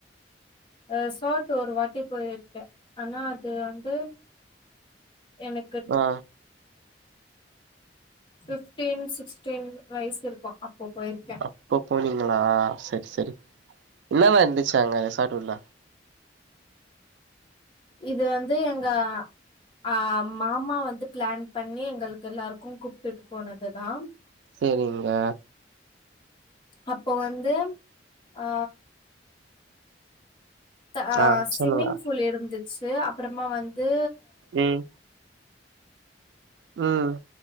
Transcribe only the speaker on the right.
ஆ
அப்ப போனீங்களா செரி செரி என்னலா இருந்துச்ச அங்க ரெசாட்டுல்ல
சேரிங்க
ஆ
சொல்லுங்க
ம் ம்